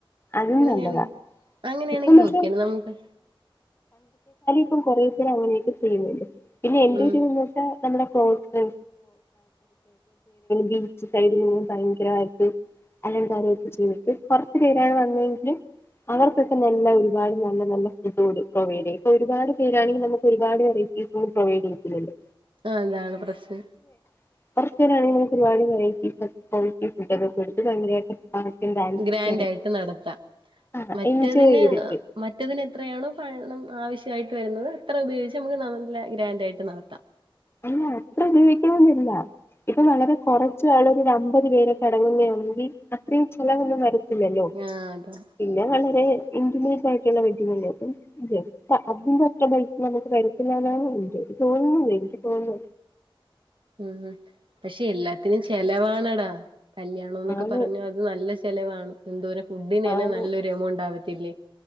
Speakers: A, on the left (about 25°); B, on the right (about 65°).
A: അതും
B: അങ്ങനെയാണെങ്ക
A: നല്ലതാ
B: അങ്ങനെയാണെങ്കി
A: ഇപ്പം പക്ഷെ
B: ഓക്കെയാണ് നമുക്ക്
A: ഇ കുറേസ അങ്ങനെയൊക്കെ ചെയ്യുന്നുണ്ട്. പിന്നെ എന്റെ
B: ഉം
A: വിരി എന്ന് വച്ചാ നമ്മുടെ കോക്കെട്ട് ബീച്ച് സൈഡിൽ നി ഭയങ്കരമായിട്ട് അല്ല കാര്യൊക്കെ ചെയ് കുറച്ചു പേരാണ് വന്നതെങ്കിലും അവർക്കൊക്കെ നല്ല ഒരുപാട് നല്ല നല്ല ഫുഡ് കൂ പ്രൊവൈഡ് ചെയ്യും. ഇപ്പൊ ഒരുപാട് പേരാണെങ്കിനമുക്ക് ഒരുപാട് വെറൈറ്റീസ് ഒും പ്രൊവൈഡ് ചെയ്യതില്ലല്ലോ
B: ആഹ് അതാണ് പ്രശ്നം.
A: <unintelligible>
B: ഗ്രാൻഡായിട്ട്
A: ആയിട്ട്
B: നടത്താം.
A: ആ
B: മറ്റതിന്
A: എൻജോയ് ചെയ്തിട്ട്
B: മറ്റതിന് എത്രയാണോ പണം ആവശ്യ യിട്ട് വരുന്നത് എത്ര ഉപയോഗിച്ച് നമുക്ക് നല്ല ഗ്രാൻഡ് ആയിട്ട് നടത്താം.
A: അല്ല അത്ര ജീവിക്കുന്നില്ല. ഇപ്പ വളരെ കുറച്ച ആള്ള ഒര അ മുപ്പത് പേരെക്കെ അടങ്ങുകയാണെങ്കിൽ അത്രയും ചെലവന്ന് മരു ഇല്ല ല്ലോ
B: ആഹ് അതാ
A: പിന്നെ വളരെ ഇൻ്റിമേറ്റ് ആയിട്ടുള്ള വെഡ്ഡിംഗ് അല്ലേ അപ്പൊ ജസ്റ്റ് അതിന്റെ അത്ര പൈസ നമുക്ക് വരുത്തുന്ന എന്നാണ് ഉണ്ട്ത് തോന്നുന്നത്ങ്കിൽ തോന്നോ
B: ഉം പക്ഷെ എല്ലാത്തിനും ചെലവാണടാ കല്യാണം എന്നൊക്കെ
A: ആണ്
B: പറഞ്ഞ അത് നല്ല ചെ ചിലവാണ് എന്തോരം ഫുഡിന് തന്നെ
A: ആണ്
B: നല്ലൊരു എമൗണ്ട് ആവ ത്തില്ലേ